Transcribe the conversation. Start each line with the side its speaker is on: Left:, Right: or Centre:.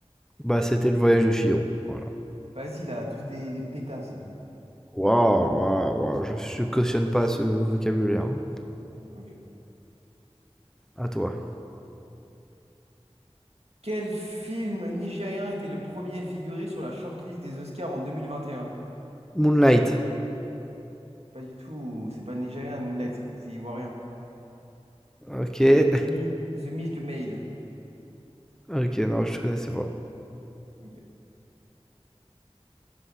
Centre: Bah, c'était le voyage de Chihiro. Voilà.
Right: Vas-y, là, tous des, des pétasses.
Centre: Waouh, waouh, waouh, je, je cautionne pas ce vocabulaire. hein.
Right: Ok.
Centre: À toi.
Right: Quel film nigérien était le premier à figurer sur la shortlist des Oscars en deux mille vingt et un
Centre: Moonlight.
Right: Pas du tout, c'est pas nigérien, Moonlight, c'est c'est ivoirien.
Centre: Ok.
Right: C'est
Centre: <laughs>
Right: The Mil- The Milk Maid.
Centre: Ok, non, je connaissais pas.
Right: Ok.